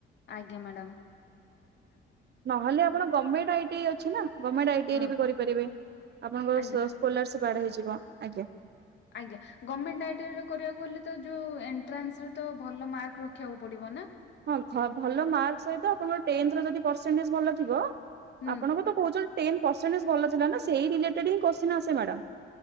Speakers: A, on the left (about 65°); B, on the right (about 55°).
A: ଆଜ୍ଞା ମ୍ୟାଡ଼ାମ୍।
B: ନହେଲେ ଆପଣ ଗର୍ମେଣ୍ଟ ଆଇଟିଆଇ ଅଛି ନା। ଗମେଣ୍ଟ ଆଇଟିଆଇ
A: ହଁ
B: ରେ ବି କରିପାରିବେ। ଆପଣଙ୍କର
A: ଆଜ୍ଞା
B: ସ- ସ୍କୋଲାରସିପ୍ ଆଡ୍ ହେଇଯିବ ଆଜ୍ଞା।
A: ଆଜ୍ଞା। ଗମେଣ୍ଟ ଆଇଟିଆଇ ର କରିବାକୁ ହେଲେ ତ ଯୋଉ ଏଣ୍ଟ୍ରାନ୍ସ ରେ ତ ଭଲ ମାର୍କ ରଖିବାକୁ ପଡିବ ନା?
B: ହଁ ଖ-ଭଲ ମାର୍କ ସହିତ ଆପଣଙ୍କ ର ଟେନ୍ଥର ଯଦି ପରସେଣ୍ଟେଜ୍ ଭଲ ଥିବ
A: ହୁଁ
B: ଆପଣଙ୍କୁ ତ କହୁଚନ୍ ଟେନ୍ଥ ପର୍ସେଣ୍ଟେଜ୍ ଭଲ ଥିଲା ନା ସେଇ ରିଲେଟେଡ୍ ହିଁ କୋଶ୍ଚେନ ଆସେ ମ୍ୟାଡାମ୍।